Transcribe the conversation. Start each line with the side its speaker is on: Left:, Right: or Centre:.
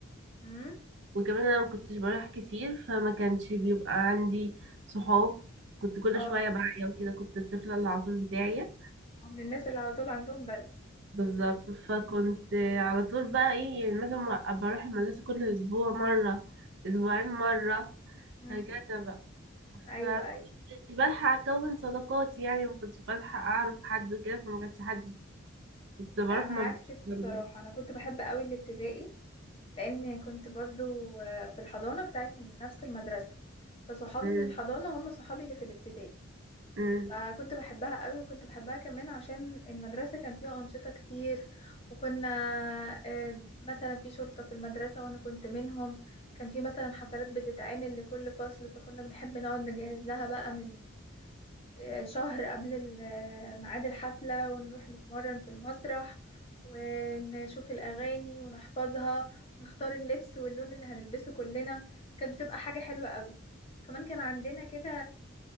Left: امم
Right: وكمان أنا ما كنتش بروح كتير فما كانش بيبقى عندي صحاب كنت كل
Left: اه
Right: شوية بعيا وكده كنت الطفلة اللي على طول بتاعي
Left: من الناس اللي على طول عندهم برد
Right: بالظبط فكنت على طول بقى ايه يعني مثلا ما- أبقى اروح المدرسة كل اسبوع مرة اسبوعين مرة
Left: امم
Right: هكذا بقى
Left: ايوه
Right: فمكنتش
Left: ايوه
Right: بلحق اكون صداقات يعني مكنتش بلحق اعرف حد وكده فما كانش حد كنت بروح
Left: لا انا
Right: ما
Left: عكسك
Right: بقتش بلحق.
Left: بصراحة انا كنت بحب قوي الابتدائي لان كنت برضو آه، في الحضانة بتاعت نفس المدرسة فصحابي
Right: أمم،
Left: من الحضانة هم صحابي اللي في الابتدائي
Right: أمم،
Left: فكنت بحبها قوي وكنت بحبها كمان عشان المدرسة كان فيها أنشطة كتير وكنا آه، مثلا في شرطة في المدرسة وأنا كنت منهم كان في مثلا حفلات بتتعمل لكل فصل فكنا بنحب نقعد نجهز لها بقى من آه، شهر قبل ال- ميعاد الحفلة ونروح نتمرن في المسرح ونشوف الأغاني ونحفظها ونختار اللبس واللون اللي هنلبسه كلنا كانت بتبقى حاجة حلوة قوي كمان كان عندنا كده